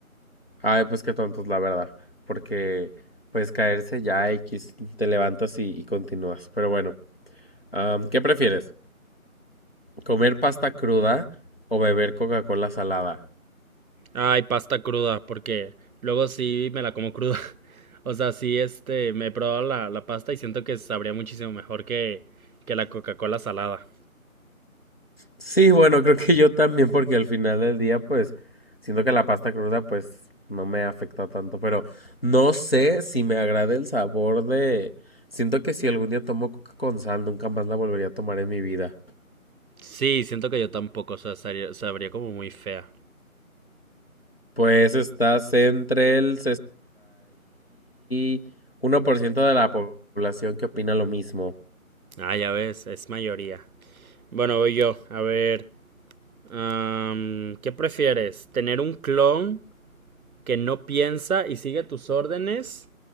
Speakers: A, on the left; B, on the right.
A: Ay, pues qué tontos, la verdad. Porque pues caerse ya X, te levantas y, y continúas. Pero bueno, am, ¿qué prefieres? ¿Comer pasta cruda o beber Coca-Cola salada?
B: Ay, pasta cruda, porque luego sí me la como cruda. <laughs> O sea, sí, este, me he probado la, la pasta y siento que sabría muchísimo mejor que, que la Coca-Cola salada.
A: Sí, bueno, creo que yo también, porque al final del día, pues, siento que la pasta cruda, pues, no me afecta tanto, pero no sé si me agrada el sabor de... Siento que si algún día tomo coca con sal, nunca más la volvería a tomar en mi vida.
B: Sí, siento que yo tampoco, o sea, sabría, sabría como muy fea.
A: Pues estás entre el 61% de la población que opina lo mismo.
B: Ah, ya ves, es mayoría. Bueno, voy yo. A ver, am, ¿qué prefieres? ¿Tener un clon que no piensa y sigue tus órdenes